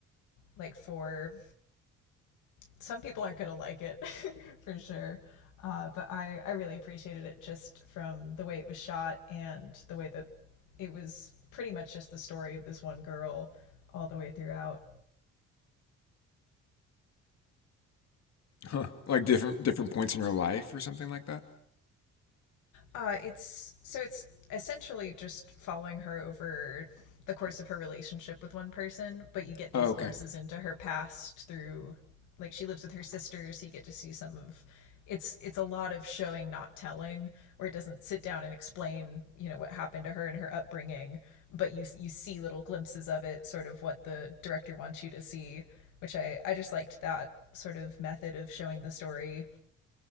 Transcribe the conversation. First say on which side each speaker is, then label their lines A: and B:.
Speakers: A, on the left; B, on the left.
A: like for some people aren't gonna like it <laughs> for sure. Uh, but I, I really appreciated it just from the way it was shot and the way that it was pretty much just the story of this one girl all the way throughout.
B: huh? Like different different points in your life or something like that.
A: Uh, it's so it's essentially just following her over the course of her relationship with one person, but you get these
B: Oh, okay,
A: glimpses into her past through like she lives with her sister, so you get to see some of it's it's a lot of showing not telling where it doesn't sit down and explain you know what happened to her and her upbringing but you you see little glimpses of it sort of what the director wants you to see which i i just liked that sort of method of showing the story